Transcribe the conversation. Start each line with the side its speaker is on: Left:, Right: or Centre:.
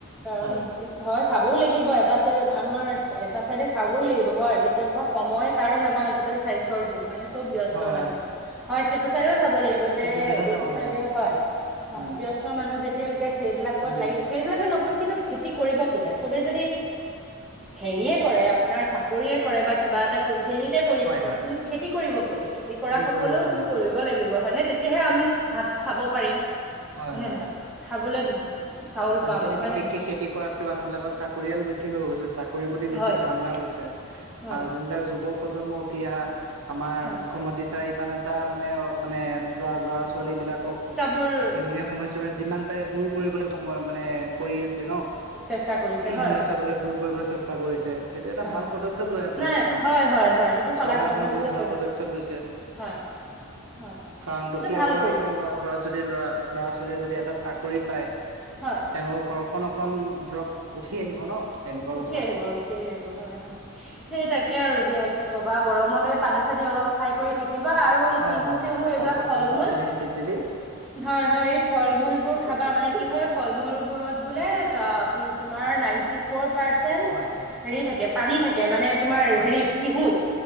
Centre: কাৰণ
Right: হয়
Centre: হয় চাবও লাগিব এটা চাই আমাৰ এটা চাইডে চাবও লাগিব হয় কেতিয়াবা সময় কাৰণ আমাৰ আজিকালি চাইন্সৰ যুগ হয় নে চব ব্যস্ত
Right: হয় হয়
Centre: মানুহ হয়, সেইটো চাইডেও চাব লাগিব যে
Right: সেইটো চাইডো
Centre: এইটো
Right: চাব
Centre: চাইডেও
Right: লাগিব
Centre: হয়,
Right: উম
Centre: হয় ব্যস্ত মানুহ যেতিয়া এতিয়া সেইবিলাকত
Right: উম
Centre: লাগি সেইবিলাকে নকৈ কিন্তু খেতি কৰিব কোনে চবেই যদি হেৰিয়ে কৰে আপোনাৰ চাকৰিয়ে কৰে বা কিবা এটা কোম্পেনীতে কৰি
Right: হয়
Centre: থাক
Right: হয়
Centre: কিন্তু খেতি কৰিব কোনে খেতি কৰা সকলেওতো
Right: কৰিব কোনে
Centre: কৰিব লাগিব হয় নে তেতিয়াহে আমি ভাত খাব পাৰিম হয়নে
Right: হয় হয়
Centre: নহয়? খাবলৈ চাউল পাম
Right: সে
Centre: হয়
Right: বিশেষকে
Centre: নে নহয়
Right: খেতি কৰাতকে মানুহবিলাক চাকৰিয়াল বেছি হৈ গৈছে চাক খৰি প্ৰতি বেছি
Centre: হয়
Right: ধান্দাও গৈছে
Centre: হয়
Right: আৰু যোনবিলাক যুৱ প্ৰজন্ম উঠি অহা আমাৰ
Centre: হয়
Right: মুখ্য মতি ছাৰ ইমান এটা মানে মানে ল'ৰা ল'ৰা ছোৱালী বিলাকক ক
Centre: বুৰ
Right: নিবনুৱা সমস্যা মানে যিমান পাৰে দূৰ কৰিবলৈ সময় মানে কৰি আছে ন'।
Centre: চেষ্টা কৰিছে হয়
Right: সমস্যাবিলাক
Centre: হয় হয়
Right: দূৰ কৰিব চেষ্টা কৰিছে সেইটো এটা
Centre: হয়
Right: ভাল
Centre: হয়
Right: পদক্ষেপ লৈ আছে
Centre: নাই
Right: তেওঁ।
Centre: হয় হয় হয় সেইটো শলাগ
Right: চৰকাৰখনে
Centre: লবলগীয়া
Right: বহুত ভাল পদক্ষেপ লৈছে।
Centre: হয় হয়।
Right: কাৰণ
Centre: সেইটো
Right: দুখীয়া
Centre: ভাল
Right: ঘৰৰ
Centre: কৰিছে
Right: এজন ল'ৰা ঘৰত যদি ল'ৰা ল'ৰা ছোৱালীয়ে যদি এটা চাকৰি পায়
Centre: হয়।
Right: তেওঁলোকৰ ঘৰখন অকণ ধৰক উঠি আহিব ন'। তেনেকুৱা
Centre: উঠি
Right: কথা
Centre: আহিব, উঠি আহিব, হয় হয়। সেই তাকে আৰু দিয়া, কিকবা গৰমতে পানী চানী অলপ খাই কৰি থাকিবা আৰু
Right: হয়
Centre: তিহু
Right: হয়
Centre: চেহু
Right: হয় চৰবত
Centre: এইবিলাক ফল
Right: তৰবত
Centre: মূল
Right: তেনে তেতেলী
Centre: হয় হয়। এই ফল মূলবোৰ খাবা মানে কি হয় ফল মূলবোৰত বোলে চব তোমাৰ নাইনটি ফৰ পাৰ্চেন
Right: হয় হয়
Centre: হেৰি থাকে পানী থাকে মানে তোমাৰ
Right: হয়
Centre: হেৰিত টিহুত